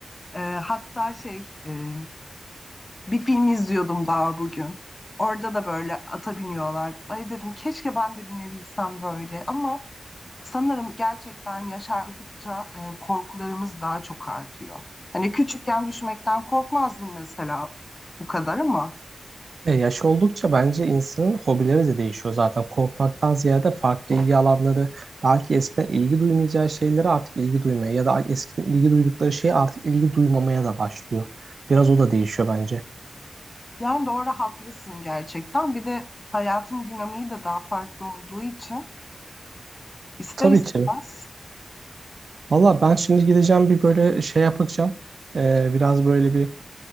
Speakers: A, on the left (about 30°); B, on the right (about 70°).
A: e, hatta şey e, bir film izliyordum daha bugün. Orada da böyle ata biniyorlardı. Ay dedim keşke ben de binebilsem böyle ama sanırım gerçekten yaşardıkça e, korkularımız daha çok artıyor. Hani küçükken düşmekten korkmazdım mesela bu kadar ama
B: Ya yaş oldukça bence insanın hobileri de değişiyor zaten. Korkmaktan ziyade farklı ilgi alanları, belki eskiden ilgi duymayacağı şeylere artık ilgi duymaya ya da eskiden ilgi duydukları şeye artık ilgi duymamaya da başlıyor. Biraz o da değişiyor bence.
A: yani doğru haklısın gerçekten. Bir de hayatın dinamiği de daha farklı olduğu için ister
B: Tabii
A: istemez
B: ki. Valla ben şimdi gideceğim bir böyle şey yapacağım. Ee, biraz böyle bir